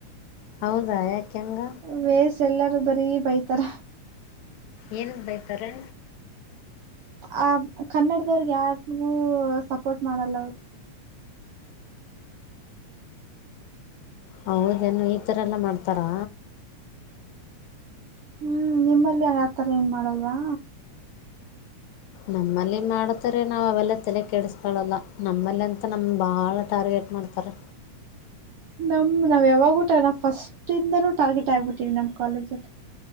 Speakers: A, on the left (about 80°); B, on the right (about 80°).
A: ಹೌದಾ ಯಾಕೆ ಹೆಂಗ
B: ವೇಸ್ ಎಲ್ಲಾರೂ ಬರೀ ಬೈತಾರ
A: ಏನ ಬಯ್ತಾರೆ
B: ಆ ಕನ್ನಡದವ್ರಗ್ ಯಾರ್ಗೂ ಸಪೋರ್ಟ್ ಮಾಡಲ್ಲ ಅವರು
A: ಹೌದೇನು ಈಥರ ಎಲ್ಲ ಮಾಡ್ತಾರಾ
B: ಹ್ಮ್ ನಿಮ್ಮಲ್ಲಿ ಆತರ ಏನ್ ಮಾಡಲ್ವಾ
A: ನಮ್ಮಲ್ಲಿ ಮಾಡತಾರೆ ನಾವ್ ಅವೆಲ್ಲ ತಲೆ ಕೆಡಿಸಕಾಳಲ್ಲ ನಮ್ಮಲ್ಲಿ ಅಂತ ನಮ್ಗೆ ಭಾಳ ಟಾರ್ಗೆಟ್ ಮಾಡ್ತಾರೆ.
B: ನಮ್ ನಾವ್ ಯಾವಾಗೂಟ ನಾ ಫಸ್ಟ್ಂದನೂ ಟಾರ್ಗೆಟ್ ಆಗ್ಬಿಟ್ಟಿವವಿ ನಮ್ ಕಾಲೇಜಲ್ಲಿ.